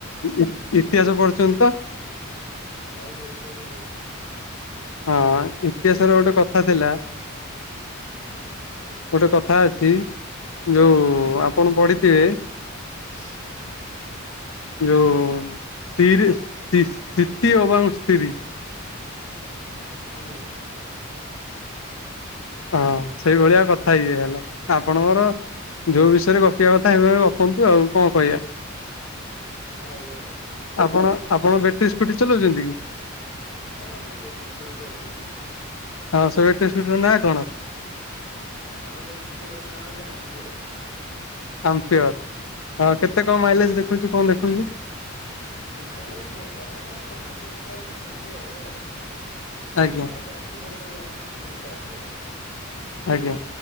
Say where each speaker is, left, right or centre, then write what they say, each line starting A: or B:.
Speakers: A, on the left; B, on the left.
A: ଇ ଇତିହାସ ପଢ଼ିଛନ୍ତି ତ?
B: ଆଜ୍ଞା ଇତିହାସ ପଢିଛି।
A: ହଁ ଇତିହାସରେ ଗୋଟେ କଥା ଥିଲା ଗୋଟେ କଥା ଅଛି ଯୋଉ ଆପଣ ପଢିଥିବେ
B: ହଁ <unintelligible>
A: ଯୋଉ ସ୍ ସ୍ତିରି ସ୍ତିଶ୍ ସ୍ତିତି ଏବଂ ସ୍ତ୍ରୀ
B: ହୁଁ।
A: ହଁ ସେଇଭଳିଆ କଥା ଇଏ ହେଲା ଆପଣଙ୍କର ଯୋଉ ବିଷୟରେ ଗପିବା କଥା ସେଇଭଳି ଗପନ୍ତୁ ଆଉ କଣ କହିଆ।
B: ଆଞା ଆଜ୍ଞା।
A: ଆପଣ ଆପଣ ବେଟ୍ରି ସ୍କୁଟି ଚଲଉଛନ୍ତି କି?
B: ହଁ ମୁଁ ବେଟ୍ରି ସ୍କୁଟି ଚଲଉଛି।
A: ହଁ ସେ ବେଟ୍ରି ସ୍କୁଟି ର ନାଁ କଣ?
B: ଆମ ବେଟ୍ରି ସ୍କୁଟିର ନାଁ ହଉଛି ଆମ୍ପିଅର।
A: ଆମ୍ପିଅର, ଆଉ କେତେ କଣ ମାଇଲେଜ ଦେଖଉଛି କଣ ଦେଖଉଛି?
B: ମାଇଲେଜ ଦେଖାଏନା ତାର ଚାର୍ଜ ଅନୁସାରେ କାପାସିଟି ବଢେ ଆଉ ସେ
A: ଆଜ୍ଞା
B: ଶହେ ଦଶ କିଲୋମିଟର ଯାଉଛି ଫୁଲ ଚାର୍ଜ କଲେ।
A: ଆଜ୍ଞା,